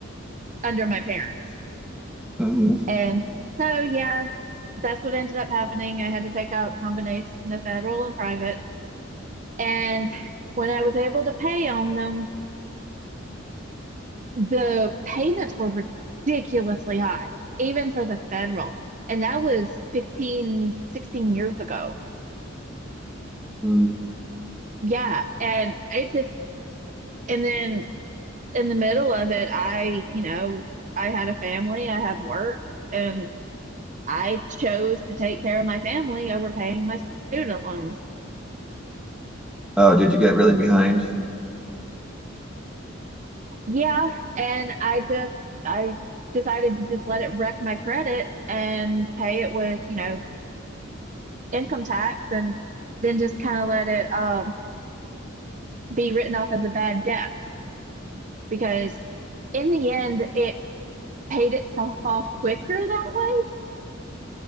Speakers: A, on the right; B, in the centre.
A: under my parents.
B: Mm-hmm.
A: And so, yeah, that's what ended up happening. I had to take out a combination of federal and private. And when I was able to pay on them, the payments were ridiculously high, even for the federal. And that was 15, 16 years ago.
B: hmm
A: Yeah. And it just, and then in the middle of it, I, you know, I had a family, I had work, and I chose to take care of my family over paying my student loans.
B: Oh, did you get really behind?
A: Yeah. And I just, I decided to just let it wreck my credit and pay it with, you know, income tax and then just kind of let it, um, be written off as a bad debt because in the end it paid itself off quicker that way.